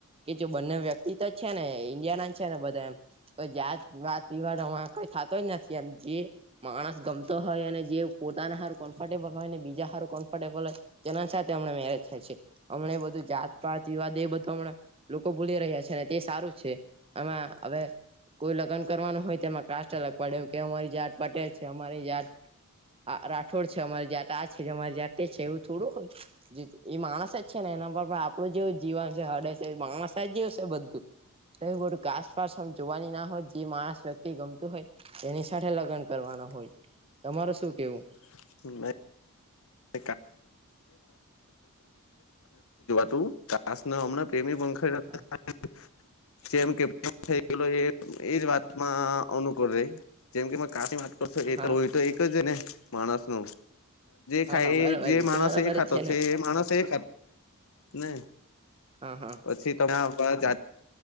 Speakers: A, on the right (about 25°); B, on the left (about 65°).
A: કે જો બંને વ્યક્તિ તો જ છે ને ઇન્ડિયા ના જ છે, ને બધા એમ કોઈ જાત વાત પીવાળમાં કઈ થતો જ નથી એમ જે માણસ ગમતો હોય અને જે પોતાના હારું કમ્ફર્ટેબલ હોય ને બીજા હારું કમ્ફર્ટેબલ હોય તેના સાથે મેરેજ થાય છે હમને બધું જાત પાત વિવાદ એ બધુ હમણા લોકો ભૂલી રહ્યા છે ને તે સારું છે એમાં હવે કોઈ લગ્ન કરવાનું હોય તો એમાં કાસ્ટ અલગ પડે કે અમારી જાટ પટેલ છે અમારી જાત આ રાઠોડ છે અમારી જાત આ છેમારે જા તે છે એવું થોડું હોય એ માણસ જ છે ને એના પર પણ આપણું જેવ જીવન છે હડે છે. માણસાહે જેવું છે બધું ક‌ઈ બધું કાસપાસ જોવાની ના હોય જે માણસ વ્યક્તિ ગમતું હોય તેની સાથે લગ્ન કરવાનું હોય તમાર શું કેવું
B: <inaudible> <inaudible> તું કાસમણાને પ્રેમી વંશ
A: હા
B: <inaudible> જેમ કે થઈ ગય એ એજ વાતમાં અનુકૂળ રહી જેમ કે કા વાત કરશો એ
A: હા
B: તો તો એક જ ને માણસ ન
A: હા
B: ખાય
A: બરાબર
B: જે માણસ
A: તો બરાબર
B: એ ખાતો
A: જ ને
B: છે માણસ એ. ને
A: હા હા
B: પછી તમે.
A: હા.